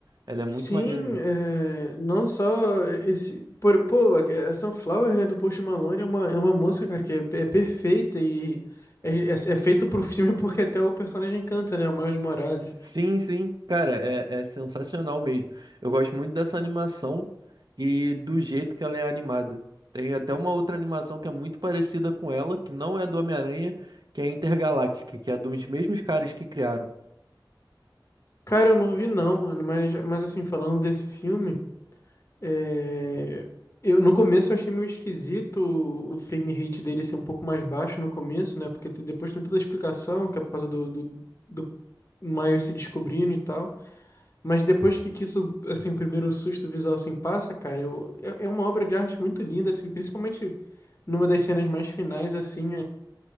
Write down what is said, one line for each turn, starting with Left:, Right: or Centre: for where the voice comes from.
Right: Ela é muito
Left: Sim,
Right: maneira mesmo.
Left: é, não só esse. Por, pô, a a Sunflower, né, do Post Malone é uma, é uma moça, cara, que é, é perfeita e é, é, é feito pro filme <laughs> porque até o personagem canta, né? O Miles Morales.
Right: Sim, sim, cara, é, é sensacional mesmo. Eu gosto muito dessa animação e do jeito que ela é animada. Tem até uma outra animação que é muito parecida com ela, que não é do Homem-Aranha, que é Intergaláctica, que é dos mesmos caras que criaram.
Left: Cara, eu não vi não, mano, mas, mas assim, falando desse filme. É, Eu, no começo eu achei meio esquisito o frame rate dele ser um pouco mais baixo no começo, né? Porque te- depois tem toda a explicação, que é por causa do, do, do Miles se descobrindo e tal. Mas depois que, que isso, assim, o primeiro susto visual assim passa, cara, eu, é, é uma obra de arte muito linda, assim, principalmente numa das cenas mais finais, assim,